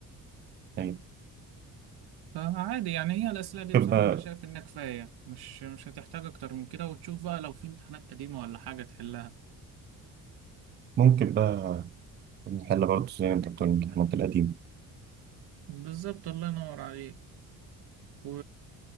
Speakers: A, on the right; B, on the right.
A: يعني
B: فعادي يعني هي الأسئلة
A: ممكن
B: دي بصراحة
A: بقى
B: أنا شايف إنها كفاية مش مش هتحتاج أكتر من كده وتشوف بقى لو في امتحانات قديمة ولا حاجة تحلها
A: ممكن بقى نحل برضه زي ما انت بتقول الامتحانات القديمه
B: بالظبط الله ينور عليك و...